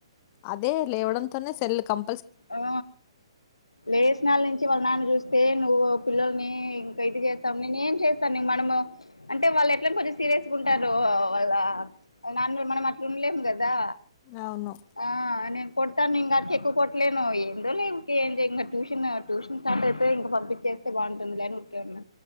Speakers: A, on the left (about 30°); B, on the left (about 80°).
A: అదే లేవడంతోనే సెల్ కం
B: ఆ లేషనల్ నుంచి వాళ్ళ నాన్న చూస్తే నువ్వు పిల్లల్ని ఇంక ఇది చేస్తావ్ నేను ఏం చేస్తాను మనము అంటే వాళ్ళు ఎట్లైనా కొంచెం సీరియస్ గా ఉంటారు వాళ్ళ వల్ల నాన్నలు మనం అట్ల ఉండలేం కదా
A: అవును
B: ఆ నీ కొడతానింగ ఆడికి ఎక్కువ కొ ట్లేను ఏందోలె ఇంగ ట్యూషన్ ట్యూషన్ స్టార్ట్ అయితే ఇంక పంపించేస్తే బాగుంటుంది లే అని ఉరికె ఉన్న